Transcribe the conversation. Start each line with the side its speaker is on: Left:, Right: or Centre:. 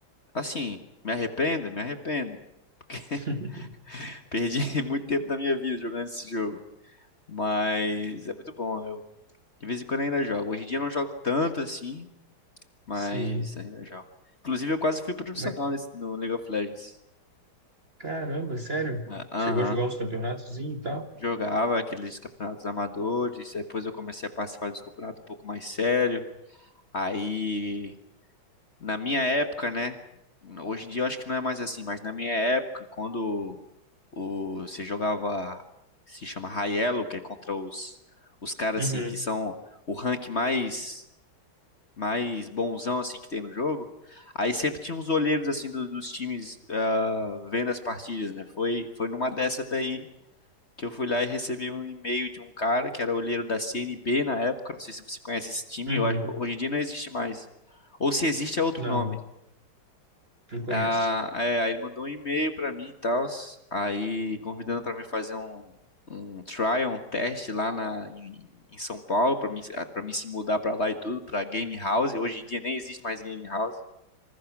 Left: Assim, me arrependo? Me arrependo. Porque
Right: <laughs>
Left: <laughs> perdi muito tempo da minha vida jogando esse jogo. Mas é muito bom. Eu, de vez em quando ainda jogo. Hoje em dia eu não jogo tanto assim, mas
Right: Sim.
Left: ainda jogo. Inclusive, eu quase fui profissional
Right: Mas
Left: nesse- no League of Legends.
Right: caramba, sério?
Left: Ah, Aham.
Right: Chegou a jogar uns campeonatos e tal?
Left: Jogava aqueles campeonatos amadores. Depois eu comecei a participar dos campeonatos um pouco mais sério. Aí Na minha época, né? Hoje em dia eu acho que não é mais assim, mas na minha época, quando o, você jogava, se chama High Elo, que é contra os, os caras
Right: Uhum.
Left: assim que são o rank mais mais bonzão assim que tem no jogo. Aí sempre tinha uns olheiros assim do- dos times ah, vendo as partidas, né? Foi foi numa dessa daí que eu fui lá e recebi um e-mail de um cara que era olheiro da CNB na época, não sei se você conhece esse time,
Right: Uhum.
Left: eu acho- hoje em dia não existe mais. Ou se existe é outro
Right: Não,
Left: nome.
Right: não conheço.
Left: Ah, é, aí ele mandou um e-mail pra mim e tal, aí convidando pra mim fazer um, um trial, um teste lá na, em, em São Paulo, pra mim, para mim se mudar pra lá e tudo, pra Game House. Hoje em dia nem existe mais Game House.